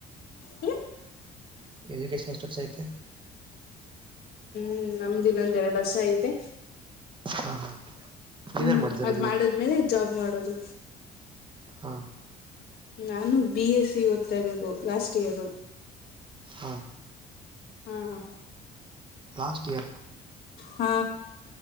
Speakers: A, on the left; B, on the right.
A: ಹ್ಮ್
B: ಎಜುಕೇಶನ್ ಏಷ್ಟ್ ವರ್ಷ ಐತಿ.
A: ಹ್ಮ್ ನಮ್ದಿನೊಂದ್ ಎರಡು ವರ್ಷ ಐತೆ
B: ಹಾ ಹಾ ನೀವೇನ್
A: ಹ್ಮ್
B: ಮಾಡ್ತಿರೋದು
A: ಅದ್
B: ಇವಾಗ
A: ಮಾಡದ್ಮೇಲೆ ಜಾಬ್ ಮಾಡೋದು
B: ಹಾ
A: ನಾನು ಬಿ ಎಸ್ ಸಿ ಓದ್ತಾ ಇರೋದು ಲಾಸ್ಟ್ ಇಯರ್
B: ಹಾ
A: ಹ್ಮ
B: ಲಾಸ್ಟ್ ಇಯರ್
A: ಹಾ